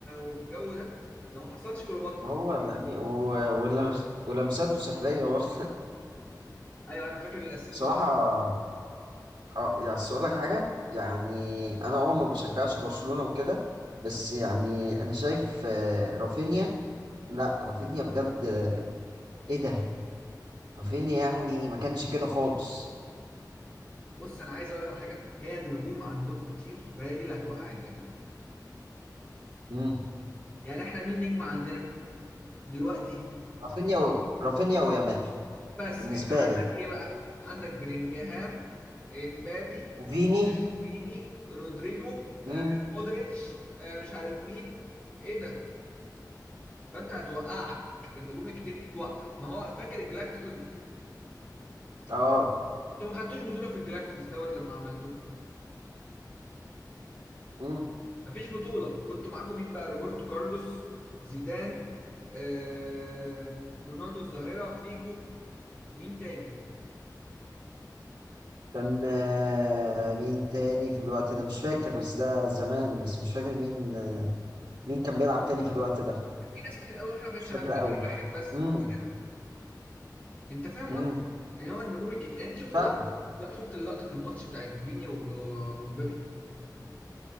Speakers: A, on the left (about 20°); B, on the right (about 90°).
A: والجو ده ده ما حصلش كليوباترا
B: هو يعني و- ولم- ولمساته سحرية برضه
A: ايوه انا فاكر الاسيست
B: بصراحة أه يعني أصل أقول لك حاجة يعني أنا أه ما بشجعش برشلونة وكده بس يعني أنا شايف آه، رافينيا لا رافينيا بجد آه، إيه ده رافينيا يعني ما كانش كده خالص
A: بص انا عايز اقول لك على حاجه هي النجوم عندكم كتير فهي دي اللي هتوقع الدنيا
B: مم.
A: يعني احنا مين نجم عندنا دلوقتي
B: رافينيا و... رافينيا ويامال
A: بس
B: بالنسبة
A: انت عندك
B: لي يعني
A: ايه بقى عندك بلينجهام امبابي
B: وفيني
A: فيني رودريجو
B: مم.
A: آه، مودريتش آه، مش عارف مين ايه ده فانت هتوقعك النجوم الكتير دي توقع ما هو فاكر الجلاكتيكوس
B: أه
A: انتوا ما خدتوش بطوله في الجلاكتيكوس دوت لما عملتوه
B: مم.
A: مفيش بطوله كنتوا معاكم مين بقى روبرتو كارلوس زيدان آه رونالدو الظاهره فيجو مين تاني؟
B: كان آه، مين تاني في الوقت ده مش فاكر بس ده زمان بس مش فاكر مين مين كان بيلعب تاني في الوقت ده
A: كان في ناس كتير قوي واحنا ما كانش
B: مش فاكر
A: عندنا
B: قوي
A: غير واحد بس
B: امم
A: اللي هو كان- انت فاهم
B: امم
A: قصدي؟ يعني هو النجوم الكتير يعني انت شفت
B: فاهمك
A: لقطه لا شفت اللقطه في الماتش بتاعت فيني و- و- ومبابي